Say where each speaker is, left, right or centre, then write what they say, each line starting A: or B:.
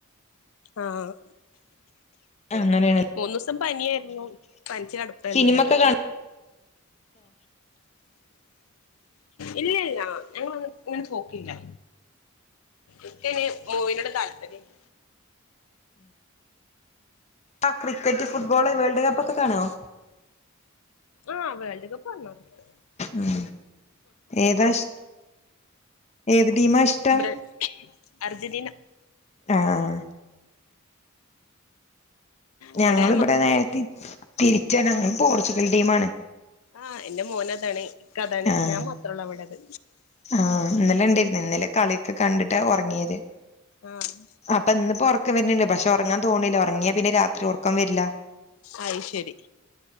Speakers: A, on the left; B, on the left.
A: ആഹ്
B: അങ്ങനേണ്
A: മൂന്നുസം പനിയായിരുന്നു പനിച്ച് കെടപ്പായിരുന്നെല്ലാരും
B: സിനിമക്കെ കാണും
A: ഇല്ല ഇല്ലാ ഞങ്ങളന്ന് ഇങ്ങനെ പോക്കില്ലാ ഇൻക്കയിന് മൂവിനോട് താല്പര്യല്ലാ
B: ആഹ് ക്രിക്കറ്റ് ഫുട്ബോള് വേൾഡ് കപ്പൊക്കെ കാണുവോ?
A: ആഹ് വേൾഡ്കപ്പ് കാണാറ്ണ്ട്
B: ഉം ഏതാഷ് ഏത് ടീമാ ഇഷ്ട്ടം?
A: ബ്ര അർജന്റീന
B: ആഹ് ഞങ്ങളിബിടെ
A: ഇവിടെ മക്കൾ
B: നേരെ തിരി തിരിച്ചാ ഞങ്ങള് പോർച്ചുഗൽ ടീമാണ്
A: ആഹ് ഇന്റെ മോനതാണ് ഇക്ക അതാണ്
B: ആഹ്
A: ഞാൻ മാത്രോള്ളൂ ഇവിടത്
B: ആഹ് ഇന്നലെ ഇണ്ടേര്ന്ന് ഇന്നലെ കളിയൊക്കെ കണ്ടിട്ടാ ഒറങ്ങിയത്
A: ആഹ്
B: അപ്പൊ ഇന്നിപ്പോ ഒറക്കം വെര്ന്ന്ണ്ട് പക്ഷെ ഒറങ്ങാൻ തോൺല്ലാ ഒറങ്ങിയാ പിന്നെ രാത്രി ഒറക്കം വെരില്ലാ
A: അയ്ശെരി